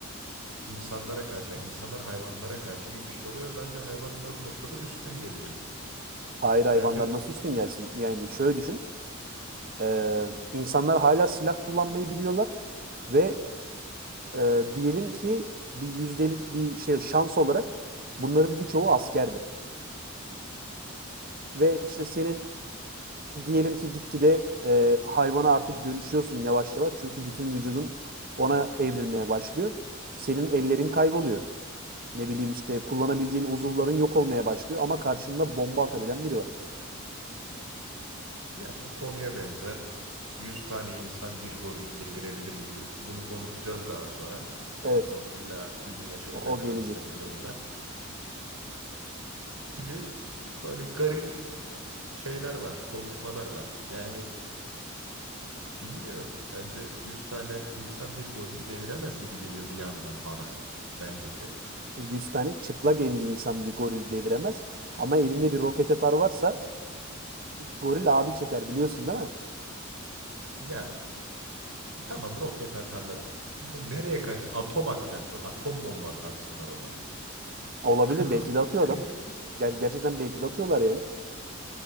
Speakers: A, on the right; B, on the right.
A: insanlara karşı yani insanlar hayvanlara karşı gibi bir şey oluyor ve bence hayvanlar bu noktada üstün gelecek.
B: Hayır hayvanlar
A: Bence
B: nasıl üstün gelsin? Yani şöyle düşün. Eee, insanlar hâlâ silah kullanmayı biliyorlar ve, eee, diyelim ki bir yüzdelik bir şey şans olarak bunların birçoğu askerdi ve, işte, senin diyelim ki gitgide, eee, hayvana artık dönüşüyorsun yavaş yavaş çünkü bütün vücudun ona evrilmeye başlıyor. Senin ellerin kayboluyor. Ne bileyim, işte, kullanabileceğin uzuvların yok olmaya başlıyor ama karşında bomba atabilen biri var.
A: ya bu konuya benzer 100 tane insan bir gorili devirebilir mi gibi ki bunu konuşacağız daha sonra.
B: Evet,
A: Bunun konusu illa bir gün açılacak
B: o o
A: aramızda
B: gelecek.
A: biliyorum ben. Gibi böyle garip şeyler var, konuşmalar var. Yani Bilmiyorum. Bence 100 tane insan bir gorili deviremez gibi geliyor bir yandan bana. Bencesi.
B: Yüz tane çıplak elli insan bir goril deviremez ama elinde bir roket atar varsa Goril abi çeker biliyorsun değil mi?
A: Ya tamam roket atarlar. N- Nereye kaç? Atom atacaklar. Atom bombası atsınlar o zaman.
B: Olabilir
A: <laughs>
B: belki de atıyor adam. Ger- gerçekten belki de atıyorlar yani.